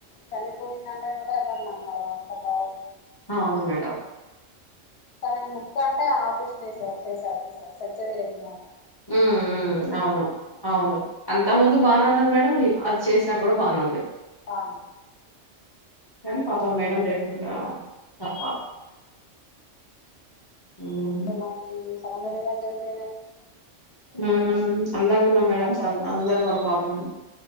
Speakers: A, on the left (about 65°); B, on the left (about 35°).
A: చనిపోయిందంటే కూడా ఎవరునిమ్మరు అంత బాగుండది
B: అవును మేడం
A: తన ముక్క్క అంటే ఆపరేషన్ చేసారు చేసారుసారు సర్జరీ చేసారు
B: ఉ ఉ అవును అవును అంత ముందు బానే ఉండది మేడం అది చేసినా కూడా బానేవంది
A: బన్
B: సరే పాపం మేడం లేకుంట పాపా ఉమ్,
A: అప్పుడు మనకి సౌందర్యగారు జరిగిపొయినప్పుడు
B: ఉ అందంగా ఉన్నా మేడం
A: బాధపడ్డారు
B: అందరూ వాళ్ళు పాపం